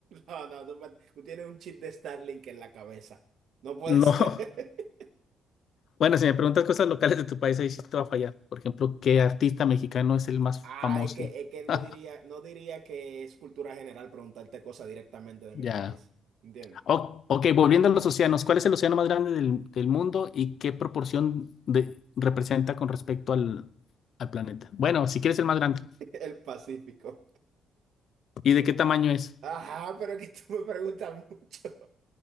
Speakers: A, on the right; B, on the left.
A: No, no, tú, tú tienes un chip de Starlink en la cabeza. No puede
B: No.
A: <laughs> ser.
B: <laughs> Bueno, si me preguntas cosas locales de tu país, ahí sí te va a fallar. Por ejemplo, ¿qué artista mexicano es el más
A: Ah,
B: famoso?
A: es que, es que no
B: <laughs>
A: diría, no diría que es cultura general preguntarte cosas directamente de
B: Ya.
A: mi país. ¿Entiendes?
B: O- ok, volviendo a los océanos, ¿cuál es el océano más grande del, del mundo y qué proporción de, representa con respecto al, al planeta? Bueno, si quieres el más grande.
A: <laughs> El Pacífico.
B: ¿Y de qué tamaño es?
A: Ajá, pero que tú me preguntas mucho.